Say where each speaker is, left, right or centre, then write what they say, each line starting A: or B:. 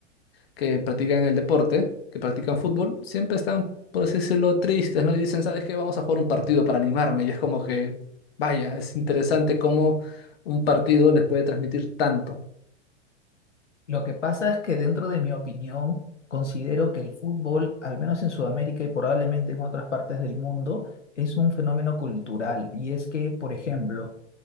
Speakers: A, on the left; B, on the left.
A: que practican el deporte, que practican fútbol, siempre están, por así decirlo, tristes, ¿no? Y dicen, ¿sabes qué? Vamos a jugar un partido para animarme. Y es como que, vaya, es interesante cómo un partido les puede transmitir tanto.
B: Lo que pasa es que dentro de mi opinión, considero que el fútbol, al menos en Sudamérica y probablemente en otras partes del mundo, es un fenómeno cultural. Y es que, por ejemplo,